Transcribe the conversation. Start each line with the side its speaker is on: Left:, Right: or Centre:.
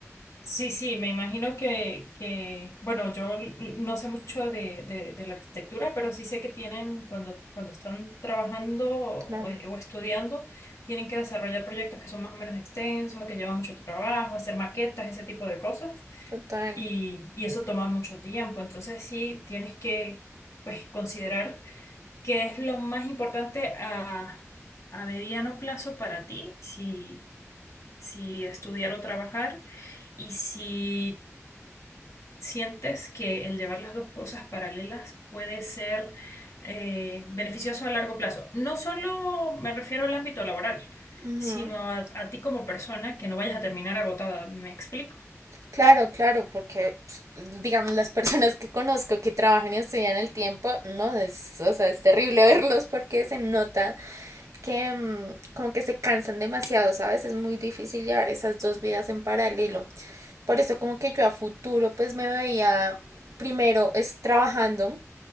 Left: Sí, sí, me imagino que, que bueno, yo l- no sé mucho de, de- de la arquitectura, pero sí sé que tienen, cuando, cuando están trabajando o,
Right: Claro.
Left: eh, o estudiando, tienen que desarrollar proyectos que son más o menos extensos, que llevan mucho trabajo, hacer maquetas, ese tipo de cosas,
Right: Total.
Left: y, y eso toma mucho tiempo. Entonces sí, tienes que, pues, considerar qué es lo más importante a, a mediano plazo para ti, si, si estudiar o trabajar. Y si ¿Sientes que el llevar las dos cosas paralelas puede ser eh, beneficioso a largo plazo? No solo me refiero al ámbito laboral,
Right: Ujú.
Left: sino a, a ti como persona, que no vayas a terminar agotada. ¿Me explico?
Right: Claro, claro, porque pues, digamos las personas que conozco que trabajan y estudian al tiempo, no, es, o sea, es terrible <laughs> verlos porque se nota que mmm, como que se cansan demasiado, ¿sabes? Es muy difícil llevar esas dos vidas en paralelo. Por eso como que yo a futuro pues me veía primero es trabajando.